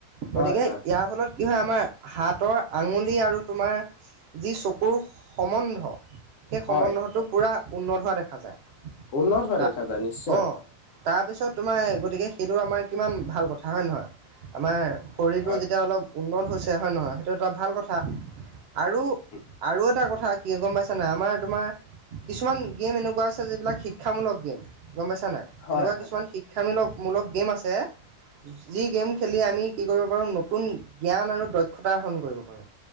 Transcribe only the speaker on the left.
হয় হয়
হয়
উন্নত হোৱা
দেখা যায় নিশ্চয়।
হয়
উম'।
হয়